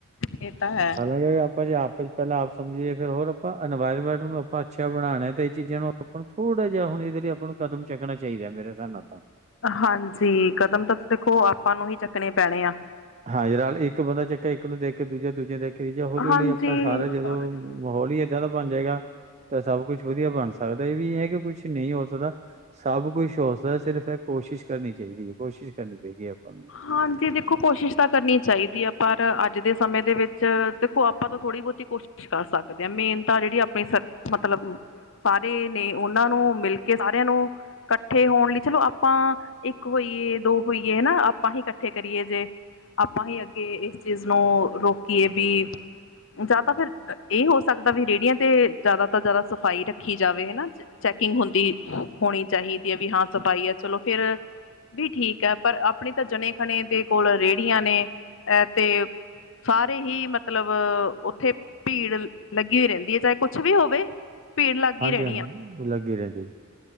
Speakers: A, on the left (about 60°); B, on the right (about 30°).
A: ਇਹ ਤਾਂ ਹੈ
B: ਹਾਲਾਂਕਿ ਆਪਾਂ ਜੇ ਆਪ ਪਹਿਲਾਂ ਆਪ ਸਮਝੀਏ ਫਿਰ ਹੋਰ ਆਪਾਂ ਇਨਵਾਇਰਮੈਂਟ ਨੂੰ ਆਪਾਂ ਅੱਛਾ ਬਣਾਉਣਾ ਤੇ ਇਹ ਚੀਜ਼ਾਂ ਨੂੰ ਆਪਾਂ ਥੋੜਾ ਜਿਹਾ ਹੁਣ ਇਹਦੇ ਲਈ ਆਪ ਨੂੰ ਕਦਮ ਚੁੱਕਣਾ ਚਾਹੀਦਾ ਮੇਰੇ ਹਿਸਾਬ ਨਾਲ ਤਾਂ
A: ਹਾਂਜੀ ਕਦਮ ਤਾਂ ਦੇਖੋ ਆਪਾਂ ਨੂੰ ਹੀ ਚੱਕਣੇ ਪੈਣੇ ਆ
B: ਹਾਂਜੀ ਇੱਕ ਬੰਦਾ ਚੱਕਿਆ ਇੱਕ ਨੂੰ ਦੇਖ ਕੇ ਦੂਜਾ ਦੂਜਿਆਂ ਦੇਖ ਕੇ ਤੀਜਾ ਹੌਲੀ ਹੌਲੀ
A: ਹਾਂਜੀ
B: ਆਪਾਂ ਸਾਰਾ ਜਦੋਂ ਮਾਹੌਲ ਹੀ ਏਦਾਂ ਦਾ ਬਣ ਜਾਏਗਾ ਤਾਂ ਸਭ ਕੁਛ ਵਧੀਆ ਬਣ ਸਕਦਾ ਇਹ ਵੀ ਹੈ ਕਿ ਕੁਛ ਨਹੀਂ ਹੋ ਸਕਦਾ ਸਭ ਕੁਛ ਹੋ ਸਕਦਾ ਸਿਰਫ ਕੋਸ਼ਿਸ਼ ਕਰਨੀ ਚਾਹੀਦੀ ਹੈ ਕੋਸ਼ਿਸ਼ ਕਰਨੀ ਪਏਗੀ ਆਪਾਂ ਨੂੰ
A: ਹਾਂਜੀ ਦੇਖੋ ਕੋਸ਼ਿਸ਼ ਤਾਂ ਕਰਨੀ ਚਾਹੀਦੀਆ ਪਰ ਅੱਜ ਦੇ ਸਮੇਂ ਦੇ ਵਿੱਚ ਦੇਖੋ ਆਪਾਂ ਤਾਂ ਥੋੜ੍ਹੀ ਬਹੁਤੀ ਕੋਸ਼ਿਸ਼ ਕਰ ਸਕਦੇ ਹਾਂ ਮੇਨ ਤਾਂ ਜਿਹੜੀ ਆਪਣੀ ਮਤਲਬ ਸਾਰੇ ਨੇ ਉਹਨਾਂ ਨੂੰ ਮਿਲ ਕੇ ਸਾਰਿਆਂ ਨੂੰ ਇਕੱਠੇ ਹੋਣ ਲਈ ਚਲੋ ਆਪਾਂ ਇੱਕ ਹੋਈਏ ਦੋ ਹੋਈਏ ਹਨਾ ਆਪਾਂ ਹੀ ਇਕੱਠੇ ਕਰੀਏ ਜੇ ਆਪਾਂ ਹੀ ਅੱਗੇ ਇਸ ਚੀਜ਼ ਨੂੰ ਰੋਕੀਏ ਵੀ ਜਾਂ ਤਾਂ ਫਿਰ ਇਹ ਹੋ ਸਕਦਾ ਵੀ ਰੇਹੜੀਆਂ ਤੇ ਜ਼ਿਆਦਾ ਤੋਂ ਜ਼ਿਆਦਾ ਸਫ਼ਾਈ ਰੱਖੀ ਜਾਵੇ ਹਨਾ ਚੈਕਿੰਗ ਹੁੰਦੀ ਹੋਣੀ ਚਾਹੀਦੀ ਹੈ ਵੀ ਹਾਂ ਸਫ਼ਾਈ ਹੈ ਚਲੋ ਫਿਰ ਵੀ ਠੀਕ ਹੈ ਪਰ ਆਪਣੀ ਤਾਂ ਜਣੇ ਖਣੇ ਦੇ ਕੋਲ ਰੇਹੜੀਆਂ ਨੇ ਤੇ ਸਾਰੇ ਹੀ ਮਤਲਬ ਉੱਥੇ ਭੀੜ ਲੱਗੀ ਹੋਈ ਰਹਿੰਦੀ ਹੈ ਚਾਹੇ ਕੁਛ ਵੀ ਹੋਵੇ ਭੀੜ ਲੱਗ
B: ਹਾਂਜੀ
A: ਹੀ ਰਹਿਣੀ
B: ਹਾਂ ਹਾਂਜੀ
A: ਆ
B: ਹਾਂਜੀ ਲੱਗੀ ਰਹਿੰਦੀ